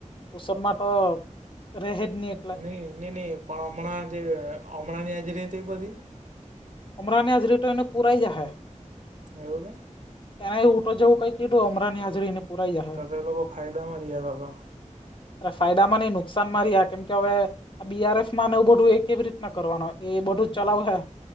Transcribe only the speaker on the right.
ની નીની પણ હમણા જે હમણાં ની હાજરી <unintelligible> તે બધી.
એવું કે?
તો તો એલોકો ફાયદામાં રિહ્યા તો તો.